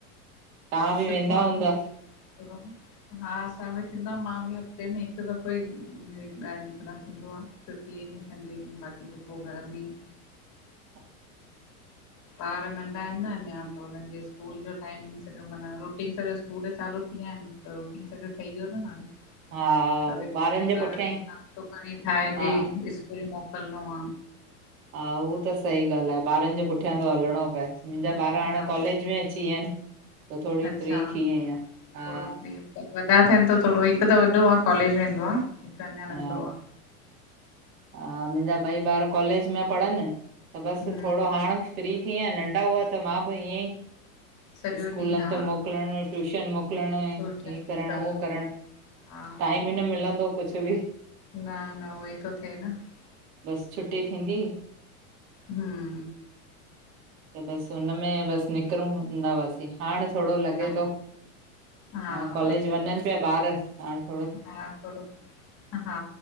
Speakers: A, on the right; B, on the left.
A: तव्हां बि
B: सुठो
A: वेंदा
B: आ
A: हूंदा?
B: -- हा असां बि थींदो आ, मां बि हफ़्ते में हिकु दफ़ो ई ॿाहिर निकिरणु थींदो आ। छुट्टीअ ॾींहुं संडे ॾींहुं बाक़ी त पो घर में ई।
A: ह <inaudible>
B: ॿार नंढा हिन न अंञां त हूनन जे स्कूल जो टाइमिंग। माना सॼो स्कूल चालू थी विया हिन त रूटीन सॼो ठही वियो न हाणे।
A: हा
B: सवेल उथी
A: जे पुठियां
B: ॿारनि
A: ई
B: खे नाश्तो पांणी ठाहे
A: हा
B: ॾे स्कूल मोकिलणो आ।
A: हा उहो त सही गाल्ह आ ॿारनि जो पुठियां
B: हम्म,
A: तो हलिणो पए मुंजा
B: सॼो ॾींहुं
A: ॿार हाणें
B: हा
A: कॉलेज में अची विया हिन। त थोड़ी
B: अच्छा
A: फ्री थी आहिंयां हा
B: थोरो फ्री वॾा थियन त थोड़ो हिकु त वॾो आ कॉलेज वेंदो आ। हीकु अंञां
A: हा
B: नंढो आ।
A: हा मिंजा ॿई ॿार कॉलेज में पढ़न त बस
B: हम्म
A: थोड़ो हाणे -- फ्री थी आहियां नंढा हुआ त मां बि ईअं
B: सॼो
A: ई स्कूलन
B: ॾींहुं हा
A: ते मो -- मोकलण ट्यूशन मो -- मोकिलंण
B: ट्यूशन
A: हे करण
B: कल
A: हो करण
B: हा
A: टाइम ई न मिलंदो हो कुछु बि --
B: न न उहोई तो थिए न --
A: बस छुट्टी थींदी ही- -
B: हम्म --
A: त बसि उनमें बस निकरूं हूंदा हुआसीं -- हाणें थोड़ो लॻे
B: हा
A: तो,
B: हा
A: हाणे कॉलेज वंञंनि पिया ॿार हाणे --
B: हा थोड़ो -- हा